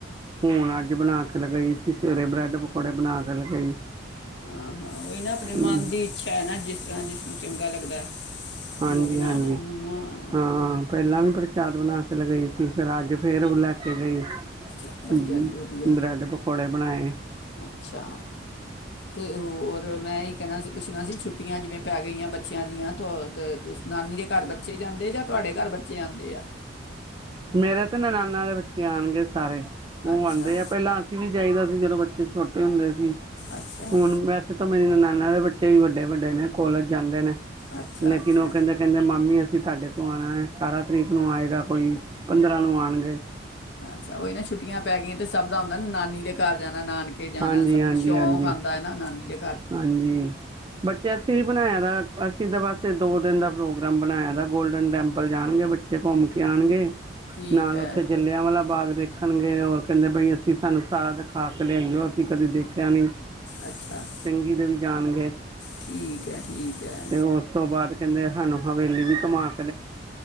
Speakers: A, on the right; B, on the left.
A: ਹੁਣ ਅੱਜ ਬਣਾ ਕੇ ਲਗਾਈ ਸੀ ਸਵੇਰੇ ਬਰੈੱਡ ਪਕੌੜੇ ਬਣਾ ਕੇ ਲਗਾਈ
B: ਆਹਾਂ ਉਹੀ ਨਾ ਆਪਣੇ ਮਨ
A: ਹਮ,
B: ਦੀ ਇੱਛਾ ਹੈ ਨਾ ਜਿਸ ਤਰ੍ਹਾਂ ਜਿਸਨੂੰ ਚੰਗਾ ਲੱਗਦਾ
A: ਹਾਂਜੀ
B: ਜੋ ਬਣਾਉਣਾ
A: ਹਾਂਜੀ
B: ਹਾਂ
A: ਹਾਂ ਪਹਿਲਾਂ ਵੀ ਪ੍ਰਸ਼ਾਦ ਬਣਾ ਕੇ ਚਲੇ ਗਈ ਸੀ ਫਿਰ ਅੱਜ ਫੇਰ ਲੈ ਕੇ ਗਈ
B: ਛਾ ਵਧੀਆ
A: ਹਮ,
B: ਜੀ ਵਧੀਆ
A: ਬ੍ਰੈਡ ਪਕੌੜੇ ਬਣਾਏ
B: ਅੱਛਾ ਤੇ ਹੋਰ ਮੈਂ ਹੀ ਕਹਿਣਾ ਸੀ ਪੁੱਛਣਾ ਸੀ ਛੁੱਟੀਆਂ ਜਿਵੇਂ ਪੈ ਗਈਆਂ ਬੱਚਿਆਂ ਦੀਆਂ ਨਾਨੀ ਦੇ ਘਰ ਬੱਚੇ ਜਾਂਦੇ ਜਾਂ ਤੁਹਾਡੇ ਘਰ ਬੱਚੇ ਆਉਦੇ ਆ
A: ਮੇਰੇ ਤੇ ਨ ਨਾਨਾ ਦੇ ਬੱਚੇ ਆਉਣਗੇ ਸਾਰੇ ਉਹ
B: ਅੱਛਾ
A: ਆਉਂਦੇ ਆ ਪਹਿਲਾਂ ਅਸੀਂ ਵੀ ਚਾਹੀਦਾ ਜਦੋਂ ਬੱਚੇ ਛੋਟੇ ਹੁੰਦੇ ਸੀ!
B: ਅੱਛਾ
A: ਹੁਣ ਵੈਸੇ ਤਾਂ ਮੇਰੀ ਨਨਾਨਾ ਏ ਵ ਜੇਈ ਵੱਡੇ ਵੱਡੇ ਨੇ ਕੋਲੇਜ ਜਾਂਦੇ ਨੇ!
B: ਅੱਛਾ
A: ਲੇਕਿਨ
B: ਅੱਛਾ
A: ਉਹ ਕਹਿੰਦੇ ਕਹਿੰਦੇ ਮਾਮੀ ਜੇ ਸਾਡੇ ਕੋਲ ਆਉਣਾ ਹੈ, ਅਠਾਰਾਂ ਤਰੀਕ ਨੂੰ ਆਏਗਾ ਕੋਈ! ਪੰਦਰਾਂ ਨੂੰ ਆਉਣਗੇ।
B: ਅੱਛਾ ਉਹੀ ਨਾ ਛੁੱਟੀਆਂ ਪੈ ਗਈਆਂ ਤਾ ਸਭ ਦਾ ਹੁੰਦਾ ਨਾ, ਨਾਨੀ ਦੇ ਘਰ ਜਾਂਣਾ! ਨਣਾਨਕੇ ਜਾਣਾ,
A: ਹਾਂਜੀ-ਹਾਂਜੀ,
B: ਸਭ ਨੂੰ ਸ਼ੌਂਕ
A: ਹਾਂਜੀ, ਹਾਂਜੀ।
B: ਆਉਂਦਾ ਹੈ ਨਾ ਨਾਨਕੇ
A: ਹਾਂਜੀ, ਬੱਚਿਆਂਸੀ ਵੀ ਬਣਾਇਆ ਅਸੀਂ ਤਾਂ ਬਸੇ ਦੋ ਦਿਨ ਦਾ ਪ੍ਰੋਗਰਾਮ ਬਣਾਇਆ ਦਾ ਗੋਲਡਨ ਟੈਂਪਲ ਜਾਣਗੇ, ਬੱਚੇ ਘੁੰਮ ਕੇ ਆਉਣਗੇ
B: ਠੀਕ
A: ਨਾਲ
B: ਹੈ
A: ਉੱਥੇ ਜਲਿਆਂ ਵਾਲਾ ਬਾਗ, ਦੇਖਣਗੇ, ਹੋਰ ਕਹਿੰਦੇ ਬਈ ਅਸੀਂ ਸਾਨੂੰ ਸਾਰਾ ਦਿਖਾ ਕੇ ਲਿਆਈਓ, ਅਸੀਂ ਕਦੇ ਦੇਖਿਆ ਨਹੀਂ!
B: ਅੱਛਾ <inaudible>
A: ਜਿਦੋ ਵੀ ਜਾਣਗੇ!
B: ਠੀਕ ਹੈ, ਠੀਕ ਹੈ।
A: ਤੇ ਉਸ ਤੋਂ ਬਾਅਦ ਕਹਿੰਦੇ ਸਾਨੂੰ ਹਵੇਲੀ ਵੀ ਕਮਾਉਣ।